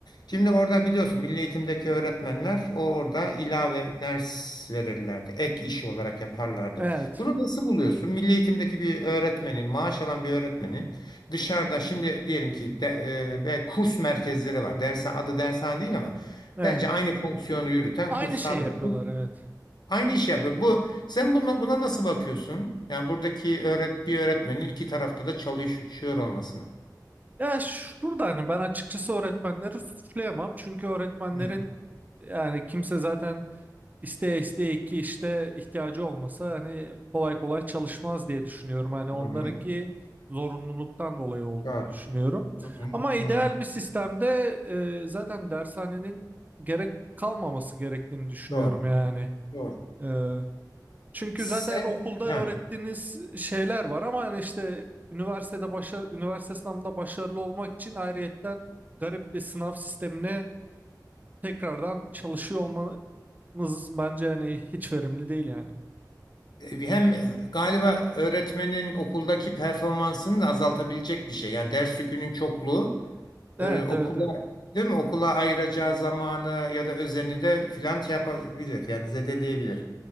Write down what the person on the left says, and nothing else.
Şimdi orada biliyorsun milli eğitimdeki öğretmenler o orada ilave ders verirlerdi. Ek iş olarak yaparlardı.
Bunu nasıl buluyorsun? Milli eğitimdeki bir öğretmenin, maaş alan bir öğretmenin dışarıda şimdi diyelim ki de, e, ve kurs merkezleri var. Dersen adı dershane değil ama
bence aynı fonksiyonu yürüten
kurslar
var.
Bu
Aynı işi yapıyor. Bu sen buna, buna nasıl bakıyorsun? Yani buradaki öğret bir öğretmenin iki tarafta da çalışıyor olmasına.
Hı,
hı,
Doğru.
Hı, hı,
hı.
Doğru.
Doğru.
Sen
Heh.
E, hem e, galiba öğretmenin okuldaki performansını da azaltabilecek bir şey. Yani ders yükünün çokluğu
e, okula
değil mi? Okula ayıracağı zamanı ya da özeni de filan şey yapabilir. Yani zedeleyebilir.